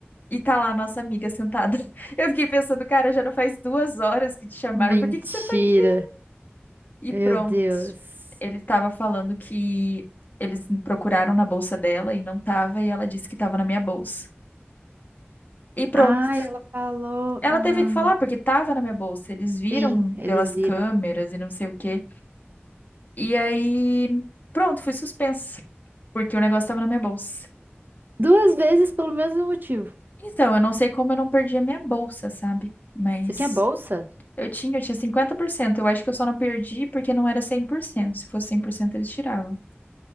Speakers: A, on the left; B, on the right.
A: e tá lá a nossa amiga sentada. <laughs> Eu fiquei pensando, cara, já não faz duas horas que te chamaram,
B: Mentira.
A: por que que você tá aqui? E
B: Meu
A: pronto.
B: Deus.
A: Ele estava falando que eles procuraram na bolsa dela e não tava, e ela disse que tava na minha bolsa. E pronto.
B: Ai, ela falou.
A: Ela
B: Ah,
A: teve que falar, porque tava na minha bolsa. Eles viram
B: sim, eles
A: pelas
B: viram.
A: câmeras e não sei o quê. E aí, pronto, fui suspensa, porque o negócio tava na minha bolsa.
B: Duas vezes pelo mesmo motivo.
A: Então, eu não sei como eu não perdi a minha bolsa, sabe? Mas
B: Você tinha bolsa?
A: eu tinha, eu tinha cinquenta por cento Eu acho que eu só não perdi porque não era cem por cento Se fosse 100% eles tiravam.